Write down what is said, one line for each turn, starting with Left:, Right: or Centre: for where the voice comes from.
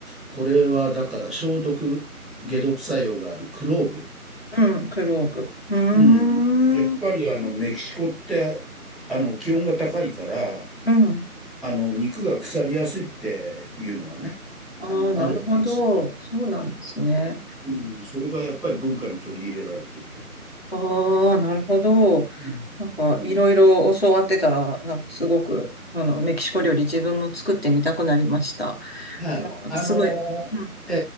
Centre: これはだから消毒、解毒作用があるクローブ。
Left: うんクローブ。うーん。
Centre: うん。やっぱりあの、メキシコって、あの、気温が高いから、
Left: うん。
Centre: あの、肉が腐りやすいっていうのがね、
Left: ああ、
Centre: あの、
Left: なるほど。
Centre: あるわけです
Left: そうなんですね。
Centre: うん、それがやっぱり文化に取り入れられている。
Left: ああ、なるほど。
Centre: うん。
Left: なんか、
Centre: うん。
Left: いろいろ教わってたら、なんかすごく、あの、メキシコ料理自分も作ってみたくなりました。
Centre: はい。
Left: なんか、
Centre: あのー、
Left: すごい。うん。
Centre: え